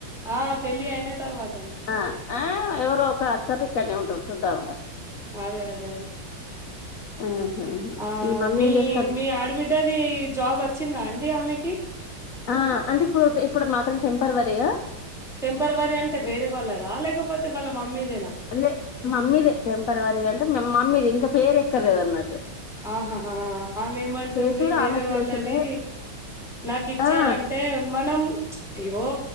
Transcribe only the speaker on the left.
ఆ ఆ ఎవరో ఒక అత్తర్రు ఇక్కనే ఉంటారు చుద్దాం ఇగ
ఆహా
మమ్మీ
ఏం చేస్తాంది
ఆ అంటే ఇప్పుడు ఇప్పుడు మాత్రం టెంపర్వరిగా
అదే మమ్మీదే టెంపర్వరీగా అంటే మమ్మీది ఇంకా పేరు ఎక్కలేదు అన్నట్టు
చేసుడు
ఆమె
ప్లేసులే
ఆ